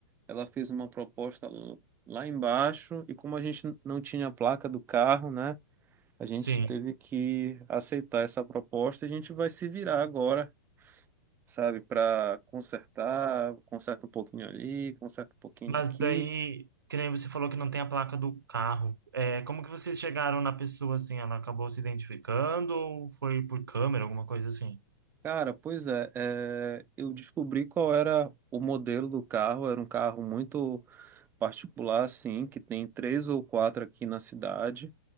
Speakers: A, on the right; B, on the right.
A: ela fez uma proposta l- lá embaixo, e como a gente n- não tinha a placa do carro, né, a gente
B: sim.
A: teve que aceitar essa proposta, e a gente vai se virar agora, sabe, para consertar, conserta um pouquinho ali, conserta um pouquinho
B: Mas
A: aqui.
B: daí, que nem você falou que não tem a placa do carro. É, como que vocês chegaram na pessoa assim? Ela acabou se identificando ou foi por câmera, alguma coisa assim?
A: Cara, pois é, é, eu descobri qual era o modelo do carro, era um carro muito particular, assim que tem três ou quatro aqui na cidade.